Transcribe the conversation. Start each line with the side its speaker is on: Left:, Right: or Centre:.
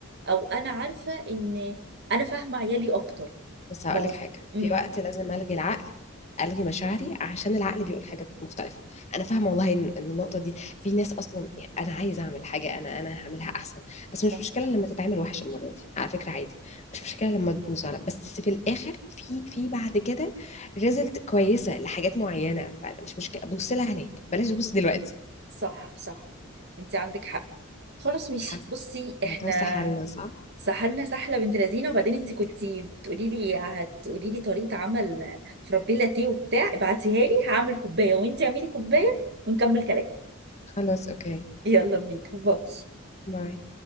Right: او انا عارفه ان انا فاهمه عيالي اكتر
Left: بس هقولك
Right: ما هو
Left: حاجة
Right: امم
Left: في وقت لازم ألغي العقل ألغي مشاعري عشان العقل بيقول حاجات مختلفة أنا فاهمة والله إن إن النقطة دي في ناس أصلا يعني أنا عايزة أعمل حاجة أنا أنا هعملها أحسن بس
Right: صح
Left: مش مشكلة لما تتعمل وحش المرة دي على فكرة عادي مش مشكلة لما تبوظ على بس في الآخر في في بعد كده ريزلت كويسة لحاجات معينة فأنا مش مشكلة بص لها هناك بلاش تبص دلوقتي
Right: صح صح انت عندك حق خلاص ماشي
Left: حاسة
Right: بصي احنا
Left: الموضوع سحلنا صح؟
Right: سحلنا سحله بنت لذينه وبعدين انت كنتي بتقولي لي هتقولي لي طريقه عمل فرابي لاتيه وبتاع ابعتيها لي هعمل كوبايه وانت اعملي كوبايه ونكمل كلام
Left: خلاص أوكي
Right: يلا بينا باي
Left: باي